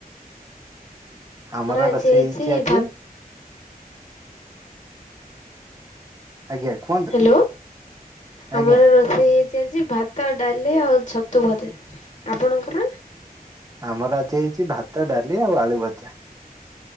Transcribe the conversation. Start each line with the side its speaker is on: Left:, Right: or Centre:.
Right: ଆମର
Left: ଆଜି
Right: ରୋଷେଇ
Left: ହେଇଛି
Right: ହେଇଚି ଆଜି
Left: ଭା
Right: ଆଜ୍ଞା କୁହନ୍ତୁ?
Left: ହାଲୋ
Right: ଆଜ୍ଞା
Left: ଆମର ରୋ ରୋସେଇ ହେଇଛି ଆଜି ଭାତ ଡାଲି ଆଉ ଛତୁ ଭଜା ଆପଣଙ୍କର
Right: ଆମର ଆଜି ହେଇଛି ଭାତ ଡାଲି ଆଉ ଆଳୁଭଜା